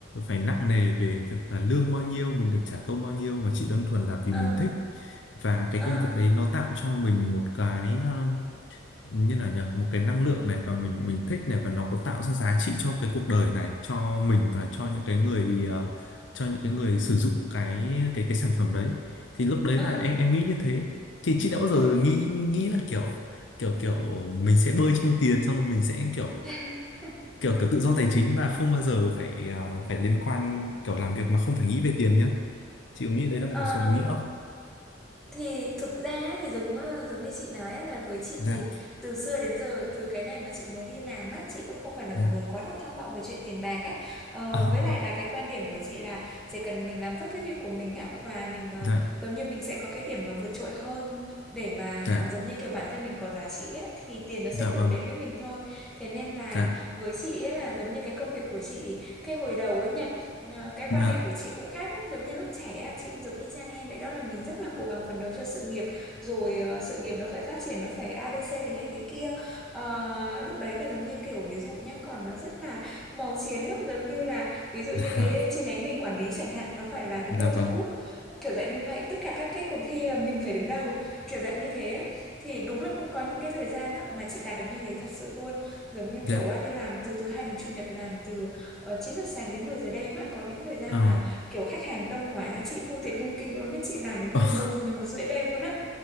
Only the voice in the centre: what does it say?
ờ
ờ
ờ
ừ
<laughs>
Ờ,
thì thực ra ấy, thì giống ờ, giống như chị nói á, là với chị
thì từ xưa đến giờ từ cái ngày mà chị mới đi làm á chị cũng không phải là
một người quá là tham vọng về chuyện tiền bạc á ờ,
với lại là cái quan điểm của chị là chỉ cần mình làm tốt cái việc của mình á và mình ờ,
giống như mình sẽ có cái điểm mà vượt trội hơn để mà
giống như kiểu bản thân mình có giá trị á thì tiền nó sẽ
tự đến với mình thôi thế nên là
với chị ấy là giống như cái công việc của chị cái hồi đầu ấy nha Ờ, cái
quan niệm của chị cũng khác lắm giống như lúc trẻ á, chị cũng giống y chang em vậy đó là mình rất là cố gắng phấn đấu cho sự nghiệp rồi ờ, sự nghiệp nó phải phát triển nó phải a ABC thế này thế kia Ờ, lúc đấy là giống như kiểu ví dụ nhé còn nó rất là màu chiến lắm giống như là ví dụ
như cái chi nhánh mình quản lý chẳng hạn nó phải là đứng
đầu
toàn quốc kiểu dạng như vậy tất cả các cái cuộc thi là mình phải đứng đầu kiểu dạng như thế á. thì đúng là cũng có những cái thời gian á, mà chị đạt được như thế thật sự luôn giống như
kiểu á, đi làm từ thứ hai đến chủ nhật làm từ ở 9 giờ sáng đến 10 giờ đêm á có những thời gian
mà kiểu khách hàng đông quá chị thu tiền không kịp luôn á chị làm đến
mười
một mười một rưỡi đêm luôn á